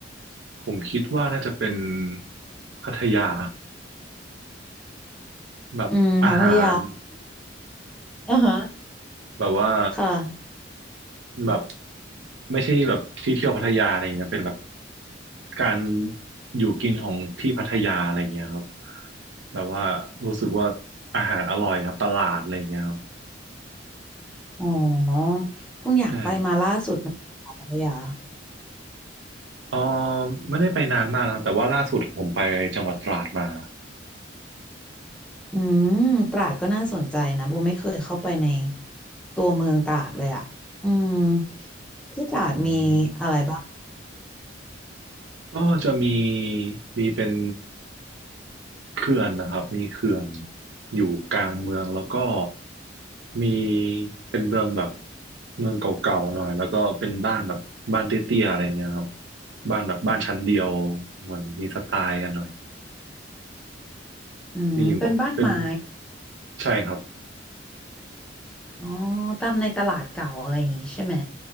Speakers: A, on the right; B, in the centre.
A: ผมคิดว่าน่าจะเป็นพัทยา
B: ๆอืมพัทยา
A: แบบอาหาร
B: อ่าฮะ
A: แบบว่า
B: ค่ะ
A: แบบไม่ใช่แบบที่เที่ยวพัทยาอะไรอย่างเงี้ยนะเป็นแบบการอยู่กินของที่พัทยาอะไรอย่างเงี้ยครับแบบว่ารู้สึกว่าอาหารอร่อยครับตลาดอะไรอย่างเงี้ยครับ
B: อ๋อคุณอยากไปมาล่าสุดไหมคะพัทยา
A: ใช่เออไม่ได้ไปนานมากนะครับแต่ว่าล่าสุดผมไปจังหวัดตราดมา
B: อืมตราดก็น่าสนใจนะโบไม่เคยเข้าไปในตัวเมืองตราดเลยอ่ะอืมที่ตราดมีอะไรบ้าง
A: อืม ก็จะมีมีเป็นเขื่อนนะครับมีเขื่อนอยู่กลางเมืองแล้วก็มีเป็นเมืองแบบเมืองเก่าๆหน่อยแล้วก็เป็นบ้านแบบบ้านเตี้ยๆอะไรเงี้ยครับบ้านแบบบ้านชั้นเดียวเหมือนมีสไตล์กันหน่อย
B: อืมเป็นบ้านไม้
A: มีก็เป็นใช่ครับ
B: อ๋อตามในตลาดเก่าอะไรอย่างงี้ใช่ไหม